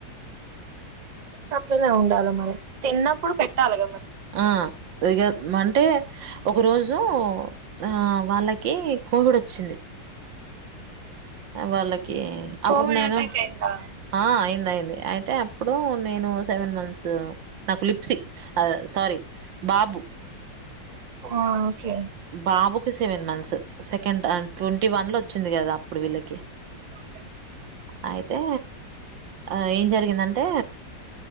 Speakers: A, on the right; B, on the right.
A: ఉ అట్లోనే ఉండాలి మరి తిన్నప్పుడు పెట్టాలిగా మరి
B: ఆది అంటే ఒక రోజు ఆ వాళ్ళకి కోవిడ్ కూడా వచ్చింది వాళ్ళకి
A: కోవిడ్
B: అప్పుడు నేను
A: అటాక్ అయిందా
B: ఆ అయింది అయింది అయితే అప్పుడు నేను సెవెన్ మంత్స్ నాకు లిప్సీ సారీ బాబు
A: ఆ ఓకే
B: బాబుకు seven months second twenty one లో వచ్చింది కదా అప్పుడు వీళ్ళకి
A: ఉ
B: అయితే ఆ ఏం జరిగిందంటే